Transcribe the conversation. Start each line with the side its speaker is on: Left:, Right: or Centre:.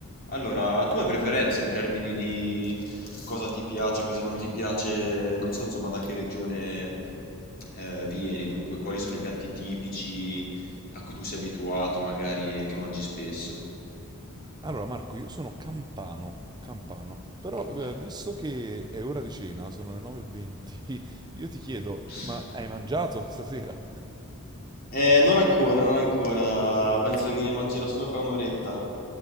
Left: Allora, tu hai preferenze in termini di cosa ti piace, cosa non ti piace, non so insomma da che regione eh, vieni, dunque quali sono i piatti tipici a cui tu sei abituato magari e che mangi spesso.
Right: Allora Marco, io sono campano, campano, però
Left: Ok.
Right: eh, visto che è ora di cena, sono le 9.20, <laughs> io ti chiedo,
Left: <laughs>
Right: ma hai mangiato stasera?
Left: Eh, non ancora, non ancora, penso che mangerò solo fra un'oretta.